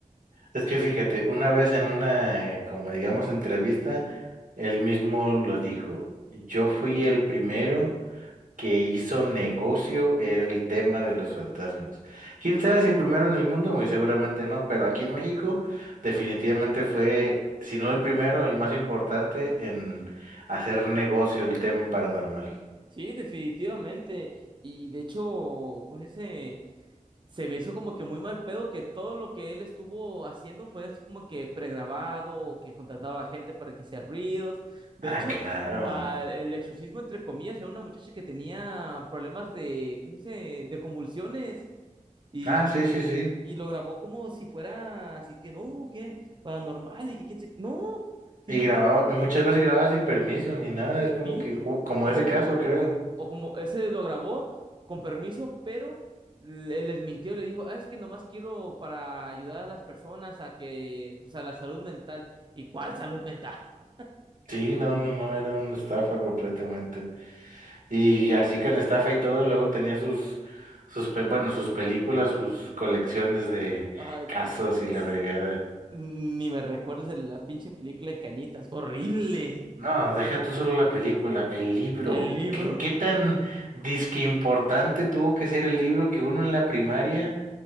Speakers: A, on the right; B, on the right.
A: Es que fíjate, una vez en una, eh, como digamos, entrevista, él mismo lo dijo. Yo fui el primero que hizo negocio el tema de los fantasmas. ¿Quién sabe si el primero en el mundo? Muy seguramente no, pero aquí en México definitivamente fue, si no el primero, el más importante en hacer negocio el tema paranormal.
B: Sí, definitivamente. Y de hecho, pues ese se me hizo como que muy mal pedo que todo lo que él estuvo haciendo fue así como que pregrabado, o que contrataba a gente para que hiciera ruidos. De
A: Ah,
B: hecho,
A: claro.
B: ah, el exorcismo, entre comillas, era una muchacha que tenía problemas de, ¿cómo se dice? de convulsiones y,
A: Ah, sí, sí, sí.
B: y lo grabó como si fuera así que no, que paranormal y que quién se. No, simplemente.
A: Y grababa, muchas veces grababa sin permiso ni nada, es como
B: Sí,
A: que, ju- como
B: o,
A: ese caso, creo.
B: o como ese lo grabó con permiso, pero le- les mintió, le dijo, ah, es que nomás quiero para ayudar a las personas a que, pues a la salud mental. ¿Y cuál salud mental? <laughs>
A: Sí, no, no, no, era una estafa completamente. Y así con estafa y todo, luego tenía sus, sus, pe- bueno, sus películas, sus colecciones de
B: Ay, por
A: casos
B: Dios.
A: y la fregada.
B: Ni me recuerdes de la pinche película de Cañitas, fue horrible.
A: No, deja tú solo la película, el libro.
B: El libro.
A: ¿Qué, qué tan disque importante tuvo que ser el libro que uno en la primaria